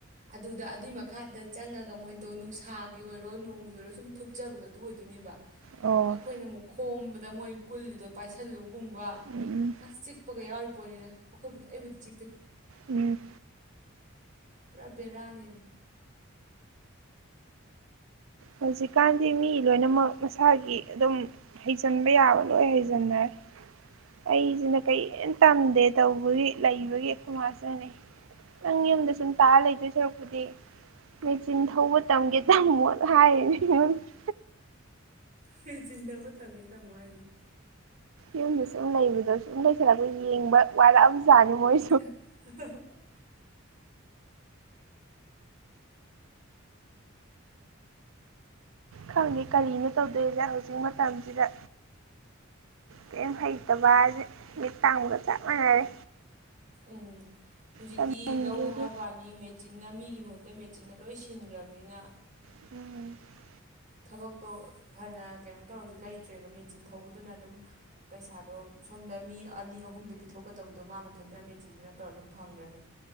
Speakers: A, on the right (about 40°); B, on the right (about 70°).
A: ꯑꯗꯨꯗ ꯑꯗꯨꯒꯤ ꯃꯈꯥꯗ ꯆꯪꯉꯒ ꯃꯣꯏꯗꯣ ꯅꯨꯡꯁꯥꯒꯤ ꯑꯣꯏꯔꯣ ꯅꯣꯡꯒꯤ ꯑꯣꯏꯔꯣ ꯁꯨꯝ ꯊꯨꯞꯆꯕꯗꯣ ꯑꯗꯨ ꯑꯣꯏꯗꯣꯏꯅꯦꯕ
B: ꯑꯣ
A: ꯑꯩꯈꯣꯏꯅ ꯑꯃꯨꯛ ꯈꯣꯝꯕꯗ ꯃꯣꯏ ꯀꯨꯜꯂꯤꯗꯣ ꯄꯥꯏꯁꯜꯂꯨ ꯒꯨꯝꯕ
B: ꯎꯝ
A: ꯑꯁ ꯆꯤꯛꯄꯒ ꯌꯥꯎꯔꯤ ꯄꯣꯠꯅꯤꯗ ꯑꯩꯈꯣꯏꯕꯨꯗꯤ ꯑꯩꯕꯨꯗꯤ ꯆꯤꯛꯇꯦ
B: ꯎꯝ
A: ꯄꯨꯔꯥ ꯕꯦꯔꯥꯅꯦꯃꯦ
B: ꯍꯧꯖꯤꯛꯀꯥꯟꯗꯤ ꯃꯤ ꯂꯣꯏꯅꯃꯛ ꯃꯁꯥꯒꯤ ꯑꯗꯨꯝ ꯍꯩꯖꯤꯟꯕ ꯌꯥꯕ ꯂꯣꯏ ꯍꯩꯖꯤꯟꯅꯔꯦ ꯑꯩꯁꯤꯅ ꯀꯔꯤꯝ ꯇꯝꯗꯦ ꯇꯧꯕꯒꯤ ꯂꯩꯕꯒꯤ ꯈꯣꯏꯃꯥꯁꯤꯅꯅꯦ ꯅꯪ ꯌꯨꯝꯗ ꯁꯨꯝ ꯇꯥꯔꯥ ꯂꯩꯗꯣꯏ ꯁꯔꯛꯄꯨꯗꯤ ꯃꯦꯆꯤꯟ ꯊꯧꯕ ꯇꯝꯒꯦ ꯇꯝꯃꯣ ꯍꯥꯏꯔꯤꯅꯦ <unintelligible>
A: ꯃꯦꯆꯤꯟ ꯊꯧꯕꯥ ꯇꯝꯒꯦ ꯇꯝꯃꯣ ꯍꯥꯏꯖꯤ
B: ꯌꯨꯝꯗ ꯁꯨꯝ ꯂꯩꯕꯗꯁꯨ ꯁꯨꯝ ꯂꯩꯁꯤꯜꯂꯛꯄ ꯌꯦꯡꯕ ꯋꯥꯠꯔꯛꯑꯕꯖꯥꯠꯅꯤ ꯃꯣꯏ
A: <unintelligible>
B: ꯈꯪꯉꯦ ꯀꯔꯤꯅꯣ ꯇꯧꯗꯣꯏꯁꯦ ꯍꯧꯖꯤꯛ ꯃꯇꯝꯁꯤꯗ ꯀꯦꯝ ꯍꯩꯇꯕ ꯍꯥꯏꯁꯦ ꯃꯤꯠ ꯇꯥꯡꯕꯒ ꯆꯞ ꯃꯥꯟꯅꯔꯦ
A: ꯎꯝ ꯍꯧꯖꯤꯛꯇꯤ
B: ꯇꯝꯍꯟꯒꯦꯁꯨ
A: ꯂꯧ ꯍꯥꯏꯕ ꯋꯥꯅꯤ ꯃꯦꯆꯤꯟꯅ ꯃꯤꯒꯤ ꯃꯍꯨꯠꯇ ꯃꯦꯆꯤꯟꯅ ꯂꯣꯏ ꯁꯤꯟꯒ꯭ꯔꯅꯤꯅ
B: <unintelligible>
A: ꯊꯕꯛꯇꯣ ꯐꯅ ꯀꯩꯅꯣ ꯇꯧꯔꯁꯨ ꯂꯩꯇ꯭ꯔꯦꯕ ꯃꯦꯆꯤꯟ ꯊꯧꯕꯗꯨꯅ ꯑꯗꯨꯝ ꯄꯩꯁꯥꯗꯣ ꯁꯣꯝꯗ ꯃꯤ ꯑꯅꯤ ꯑꯍꯨꯝꯗ ꯄꯤꯊꯣꯛꯀꯗꯕꯗꯣ ꯃꯥ ꯃꯊꯟꯇꯅ ꯃꯦꯆꯤꯟꯗꯨꯅ ꯇꯧꯔ ꯑꯗꯨꯝ ꯐꯪꯒ꯭ꯔꯅꯤ